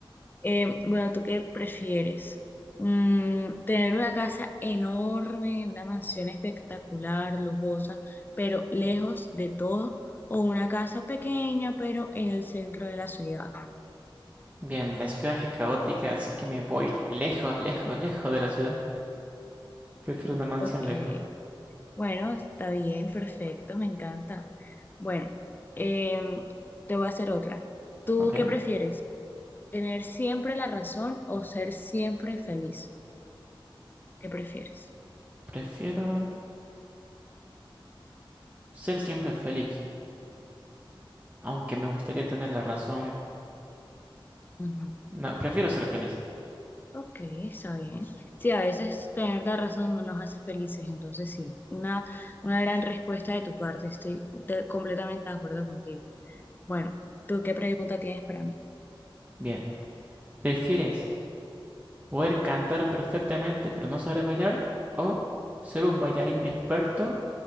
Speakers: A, on the left; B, on the right.
A: Eh, bueno, ¿tú qué prefieres? Mm, tener una casa enorme, una mansión espectacular, lujosa, pero lejos de todo, o una casa pequeña, pero en el centro de la ciudad.
B: Bien, la ciudad es caótica, así que me voy lejos, lejos, lejos de la ciudad. Prefiero una mansión
A: Ok.
B: lejos,
A: Bueno, está bien, perfecto, me encanta. Bueno, em, te voy a hacer otra. ¿Tú
B: ¿ok?
A: qué prefieres? ¿Tener siempre la razón o ser siempre feliz? ¿Qué prefieres?
B: Prefiero ser siempre feliz, aunque me gustaría tener la razón.
A: Ujú.
B: No, prefiero ser feliz.
A: Ok, está bien. Sí, a veces tener la razón no nos hace felices, entonces sí, una, una gran respuesta de tu parte, estoy te- completamente de acuerdo contigo. Bueno, ¿tú qué pregunta tienes para mí?
B: Bien, ¿prefieres poder cantar perfectamente pero no saber bailar o ser un bailarín experto